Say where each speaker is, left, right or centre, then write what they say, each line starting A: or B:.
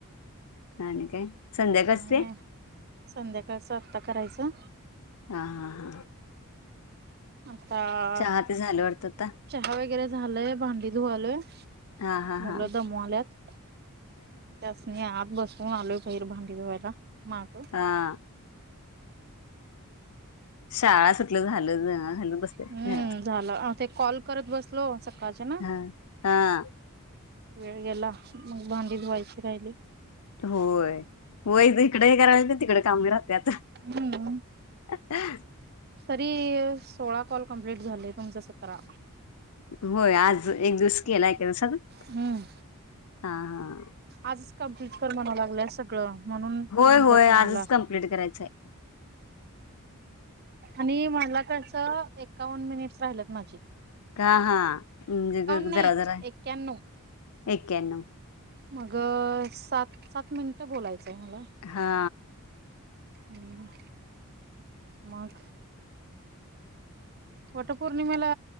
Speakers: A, on the left; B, on the right.
A: आणि काय? संध्याकाळचं
B: काय
A: ते
B: नाही. संध्याकाळच आत्ता करायचं.
A: हा हा हा.
B: आता
A: चहा ते झाल वाटतं आता.
B: चहा वगैरे झालंय. भांडी धुवायले,
A: हा हा
B: मुलं
A: हा.
B: दमवायल्यात. त्यासनी आत बसवून आलोय, बहिर भांडी धुवायला माग.
A: हा, शाळा सुटलं झालं <unintelligible> बसतेत
B: हम्म
A: घरात.
B: झालं. ते कॉल करत बसलो सकाळच्या ना.
A: हा हा
B: वेळ गेला, मग भांडी धुवायची राहिली.
A: होय होय, तिकडे हे करायच, तिकडे काम बी राहतय आता.
B: हम्म.
A: हा
B: तरी सोळा कॉल कंप्लीट झालंय, तुमचं सतरा.
A: होय, आज एक दिवस केलाय <unintelligible>
B: हम्म
A: हा हा.
B: आजच कंप्लीट कर म्हणा लागल्या सगळं, म्हणून तर
A: होय
B: म्हटलं
A: होय
B: तुम्हाला
A: आजच कंप्लीट करायचंय.
B: आणि <unintelligible> णला कस. एक एकावण मिनिट्स राहिल्यात माझे.
A: हा हा, म्हणजे
B: नाही
A: जरा जरा
B: एक्याण्णव
A: एक्याण्णव.
B: मग सात, सात मिनिटं बोलायचंय मला.
A: हा
B: हम्म, मग. वटपौर्णिमेला